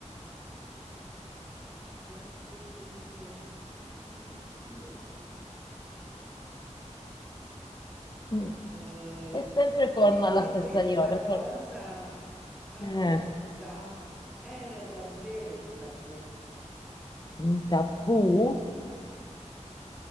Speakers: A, in the centre; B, on the left.
A: anche Gesù, oddio.
B: Mm.
A: Eh,
B: È sempre con
A: perché
B: la stessa
A: questa
B: rima, perché...
A: cosa a
B: Eh,
A: corsa era davvero un tabù
B: un tabù?